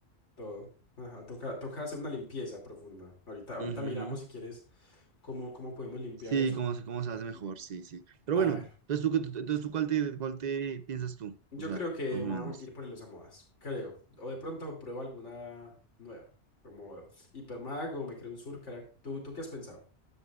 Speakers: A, on the left; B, on the right.
A: todo. Ajá, toca, toca hacer una limpieza profunda. Ahorita, ahorita
B: Ujú,
A: miramos si quieres cómo, cómo podemos limpiar
B: Sí,
A: eso.
B: cómo se, cómo se hace mejor,
A: Ujú.
B: sí, sí. Pero
A: A
B: bueno,
A: ver.
B: entonces tú, qué- tú- entonces tú cuál te, cuál te piensas tú
A: Yo
B: usar,
A: creo que
B: más
A: me
B: o menos.
A: voy a ir por el modas creo. O de pronto pruebo alguna nueva, como Hipermago, me creo un Surcarac. ¿Tú, tú qué has pensado?